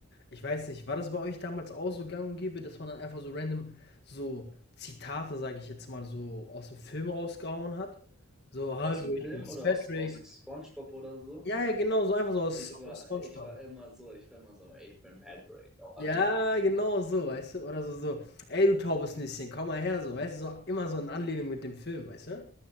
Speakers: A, on the left (about 50°); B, in the centre.
A: Ich weiß nicht, war das bei euch damals auch so gang und gäbe, dass man dann einfach so random so Zitate, sage ich jetzt mal, so aus dem Film rausgehauen hat? So, hallo,
B: Aus dem
A: ich
B: Film
A: bin's
B: oder
A: Patrick.
B: aus, aus so SpongeBob oder so?
A: Ja, ja, genau, so einfach so aus,
B: Ich war,
A: aus SpongeBob.
B: ich war immer so, ich war immer so, ey, ich bin Patrick. <laughs>
A: Ja, genau so, weißt du? Oder so, so, ey, du taubes Nüsschen, komm mal her, so, weißt du? So, immer so in Anlehnung mit dem Film, weißt du?